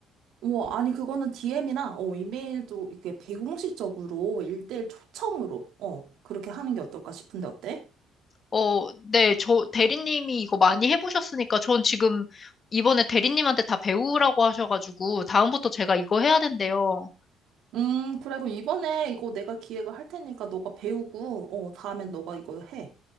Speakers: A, on the right; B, on the left.
A: 뭐, 아니, 그거는 DM이나, 어, 이메일도 이렇게 비공식적으로 일대일 초청으로, 어, 그렇게 하는 게 어떨까 싶은데, 어때?
B: 어, 네, 저 대리님이 이거 많이 해보셨으니까 전 지금 이번에 대리님한테 다 배우라고 하셔가지고 다음부터 제가 이거 해야 된대요.
A: 음, 그래, 그럼 이번에 이거 내가 기획을 할 테니까 너가 배우고, 어, 다음엔 너가 이거 해.